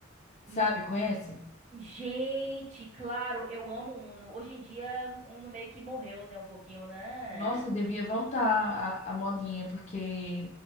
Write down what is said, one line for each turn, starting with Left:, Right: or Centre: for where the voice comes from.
Left: sabe?
Right: N-
Left: Conhece?
Right: Gente, claro, eu amo Uno. Hoje em dia, Uno meio que morreu, né? Um pouquinho, né?
Left: Nossa, eu devia voltar a a modinha, porque,